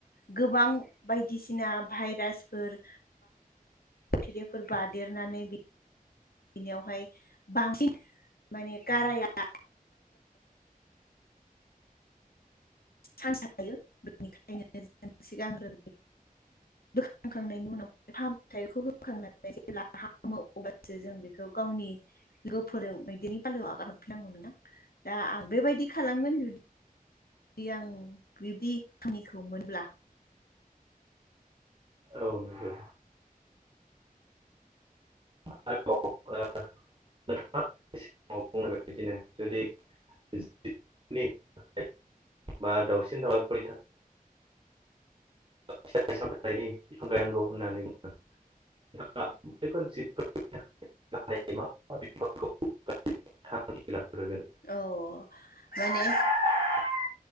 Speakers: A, on the left; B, on the right.
A: गोबां बायदिसिना भाइरासफोर थिफोर बादेरनानै बिनियावहाय बांसिन माने गाराया चान्स हायो बेनिखायनो ज सिगांग्रो बोखांखांनायनि उनाव फाहामथायाइखौ होखांनानै जेब्ला हामो अब्लासो जों बेखौ गावनि लोगो फोरों मदेरनि फालोआव आगा हरफिनांगौ नोंदां दा आं बेबायदि खालामगोन। जुदि आं बिब्दि <unintelligible>
B: औ नंगौ। <unintelligible> <unintelligible> बा दाावसिन दावलाफोरनि था थ फिथाइ सामनि बिफां गायनांगौ होननानै बुङो। <unintelligible> <unintelligible>
A: औ माने